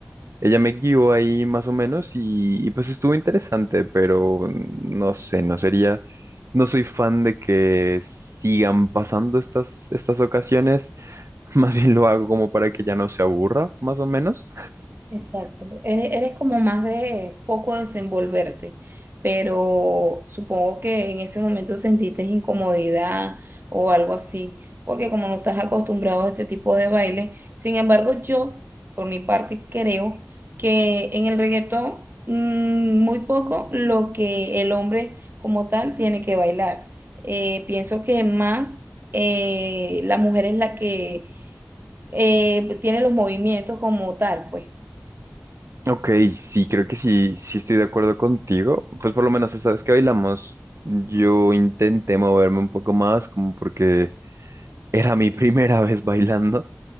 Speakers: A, on the right (about 75°); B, on the right (about 45°).
A: Ella me guió ahí más o menos y, y pues estuvo interesante, pero no sé, no sería, no soy fan de que sigan pasando estas, estas ocasiones, <laughs> más bien lo hago como para que ya no se aburra, más o menos.
B: Exacto, eres, eres como más de poco desenvolverte, pero supongo que en ese momento sentiste incomodidad o algo así, porque como no estás acostumbrado a este tipo de baile, sin embargo yo, por mi parte, creo que en el reggaetón mm, muy poco lo que el hombre como tal tiene que bailar. Eh, pienso que más eh, la mujer es la que eh, tiene los movimientos como tal, pues.
A: Ok, sí, creo que sí, sí estoy de acuerdo contigo. Pues por lo menos esta vez que bailamos, yo intenté moverme un poco más, como porque era mi <laughs> primera vez bailando.